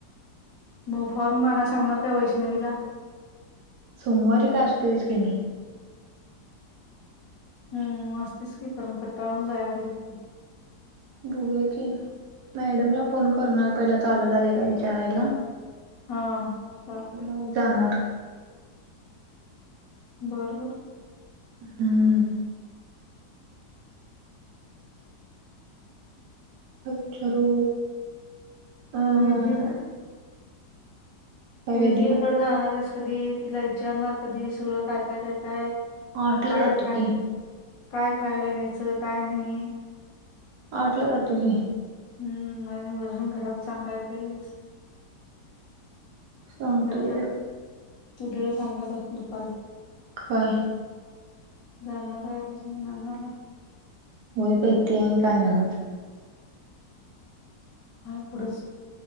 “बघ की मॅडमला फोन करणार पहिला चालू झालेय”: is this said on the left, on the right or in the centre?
Right